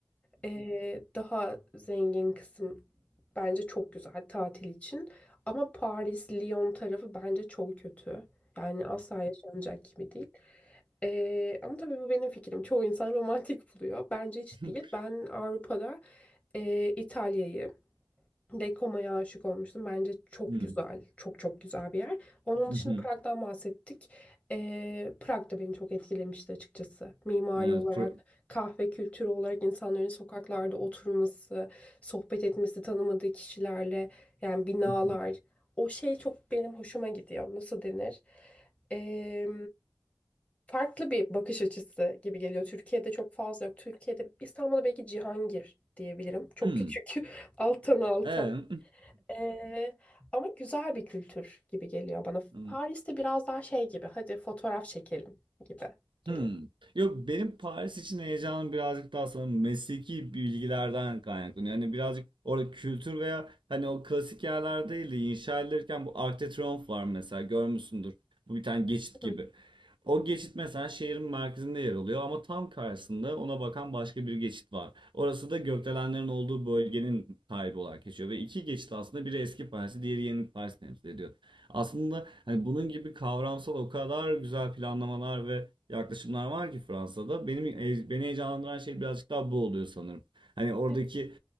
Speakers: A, on the left; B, on the right.
A: Ee, daha zengin kısım bence çok güzel tatil için. Ama Paris, Lyon tarafı bence çok kötü. Yani asla yaşanacak gibi değil. Ee, ama tabii bu benim fikrim. Çoğu insan romantik buluyor. Bence hiç
B: <laughs>
A: değil.
B: <laughs>
A: Ben Avrupa'da e, İtalya'yı Dekoma'ya aşık olmuştum. Bence çok
B: hmm,
A: güzel. Çok çok güzel bir yer. Onun
B: I
A: dışında
B: hı.
A: Prag'dan bahsettik. Ee, Prag da beni çok etkilemişti açıkçası. Mimari
B: Evet,
A: olarak,
B: pro <laughs>
A: kahve kültürü olarak insanların sokaklarda oturması, sohbet etmesi tanımadığı kişilerle, yani binalar.
B: Hı hmm,
A: O şey çok benim hoşuma gidiyor. Nasıl denir? Ee, farklı bir bakış açısı gibi geliyor. Türkiye'de çok fazla yok. Türkiye'de, İstanbul'da belki Cihangir diyebilirim. Çok
B: Hımm.
A: küçük. <laughs> Altan altan.
B: Evet.
A: Ee, ama güzel bir kültür gibi geliyor bana.
B: <laughs>
A: Paris'te biraz daha şey gibi, hadi fotoğraf çekelim gibi geliyor.
B: Hımm. Yok, benim Paris için heyecanım birazcık daha sanırım mesleki bilgilerden kaynaklanıyor. Yani birazcık orada kültür veya hani o klasik yerler değil de inşa edilirken bu Arc de Triomphe var mesela görmüşsündür. Bu bir tane geçit gibi.
A: Hı,
B: O geçit mesela şehrin merkezinde yer alıyor ama tam karşısında ona bakan başka bir geçit var. Orası da gökdelenlerin olduğu bölgenin sahibi olarak geçiyor ve iki geçit aslında biri eski Paris'i diğeri yeni Paris'i temsil ediyor. Aslında hani bunun gibi kavramsal o kadar güzel planlamalar ve yaklaşımlar var ki Fransa'da. Benim e, beni heyecanlandıran şey birazcık daha bu oluyor sanırım. Hani oradaki
A: Evet.